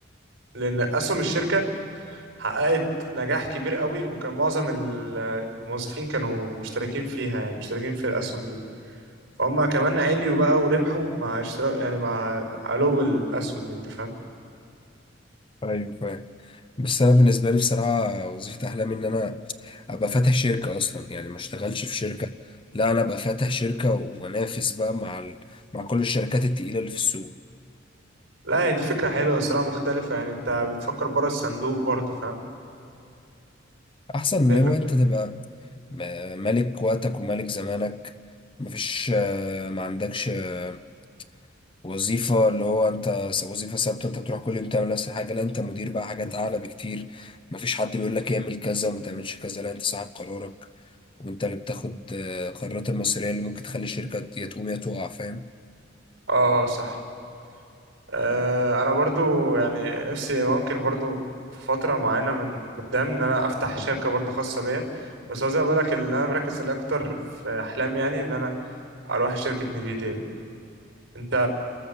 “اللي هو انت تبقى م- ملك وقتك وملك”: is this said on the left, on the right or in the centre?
Left